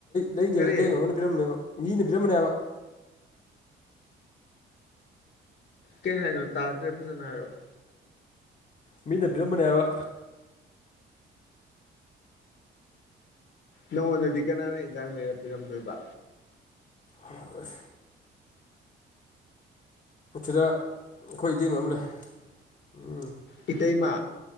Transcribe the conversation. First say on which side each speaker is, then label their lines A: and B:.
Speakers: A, on the left; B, on the left.
A: ꯂꯩꯇꯦꯕ
B: ꯀꯔꯤ
A: ꯏꯇꯩ ꯃꯃ ꯑꯃꯅ ꯄꯤꯔꯝꯅꯦꯕ ꯃꯤꯅ ꯄꯤꯔꯝꯕꯅꯦꯕ
B: ꯀꯩ ꯍꯥꯏꯅꯣ ꯇꯥꯗ꯭ꯔꯦ ꯐꯖꯅ ꯍꯥꯏꯔꯛꯑꯣ
A: ꯃꯤꯅ ꯄꯕꯤꯔꯝꯕꯅꯦ ꯍꯥꯏꯕ
B: ꯅꯪꯉꯣꯟꯗꯗꯤ ꯀꯅꯥꯅ ꯏꯟꯖꯥꯡ ꯂꯩꯔ ꯄꯤꯔꯝꯗꯣꯏꯕ
A: ꯑ ꯁꯤꯗ ꯑꯩꯈꯣꯏ ꯏꯇꯩꯕ ꯑꯃ ꯂꯩ ꯎꯝ
B: ꯏꯇꯩꯃꯥ